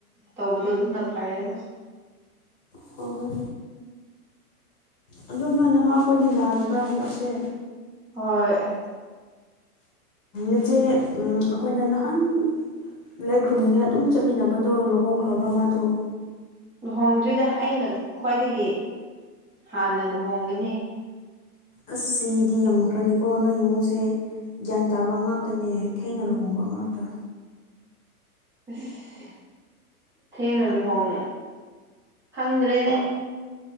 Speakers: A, in the centre; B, on the left.
A: ꯇꯧꯕꯗꯣ ꯑꯗꯨꯅ ꯐꯔꯦꯕ
B: ꯍꯣꯏ ꯍꯣꯏ ꯑꯗꯣ ꯅꯣꯏ ꯅꯃꯥꯈꯣꯏꯗꯤ ꯅꯥꯗꯕ꯭ꯔꯥ ꯍꯟꯗꯛꯁꯦ
A: ꯍꯣꯏ
B: ꯏꯆꯦ ꯑꯩꯈꯣꯏꯅ ꯅꯍꯥꯟ ꯂꯥꯏꯈ꯭ꯔꯨꯝꯅꯤꯡꯉꯥꯏ ꯑꯗꯨꯝ ꯆꯠꯃꯤꯟꯅꯕꯗꯣ ꯂꯨꯍꯣꯡꯈ꯭ꯔꯕ꯭ꯔ ꯃꯥꯗꯣ
A: ꯂꯨꯍꯣꯡꯗ꯭ꯔꯤꯗ ꯑꯩꯅ ꯈ꯭ꯋꯥꯏꯗꯒꯤ ꯍꯥꯟꯅ ꯂꯨꯍꯣꯡꯒꯅꯤ
B: ꯑꯁ ꯁꯤꯗꯤ ꯌꯥꯝꯃꯛꯈ꯭ꯔꯅꯤꯀꯣ ꯅꯣꯏ ꯏꯃꯨꯡꯁꯦ ꯒ꯭ꯌꯥꯟ ꯇꯥꯕ ꯉꯥꯛꯇꯅꯦ ꯊꯦꯅ ꯂꯨꯍꯣꯡꯕ ꯉꯥꯛꯇ
A: <unintelligible> ꯊꯦꯡꯅ ꯂꯨꯍꯣꯡ ꯈꯪꯗ꯭ꯔꯦꯅꯦ